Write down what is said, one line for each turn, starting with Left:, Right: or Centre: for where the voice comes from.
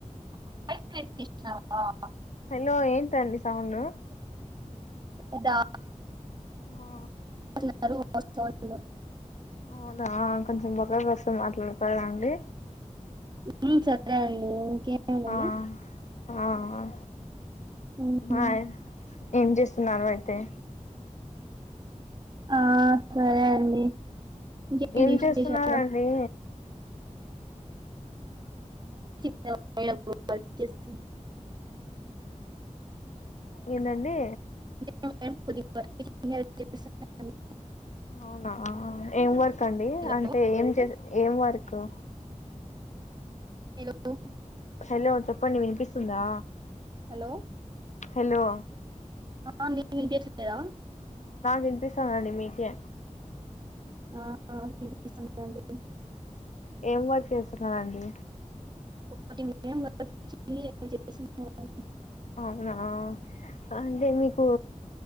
Right: <inaudible>
Left: హలో ఏంటండి సౌండు
Right: అదా
Left: ఆ
Right: అసలు వాయిస్ రాట్ల
Left: అవునా కొంచెం బక్కకొస్తే మాట్లాడతార అండి
Right: ఉమ్ సరే అండి ఇంకేమండి
Left: ఆ ఆ ఆ
Right: మ్మ్
Left: మా ఏం చేస్తున్నావ్ అయితే
Right: ఆ సరే అండి ఇంకేంటి
Left: ఏం
Right: విశేషాలు
Left: చేస్తున్నారండి
Right: స్త
Left: ఏందండి
Right: <inaudible>
Left: అవునా ఏం వర్ కండి
Right: హలో
Left: అంటే ఏం చేస్ ఏం వర్కు
Right: హలో
Left: హలో చెప్పండి వినిపిస్తుందా
Right: హలో
Left: హలో
Right: ఆ మికి వినిపిస్తూ హలో
Left: వినిపిస్తాందండి మీకే
Right: ఆ వినిపిస్తాంది కదండీ
Left: ఏం వర్క్ చేస్తున్నారండి
Right: <inaudible>
Left: అవునా అంటే మీకు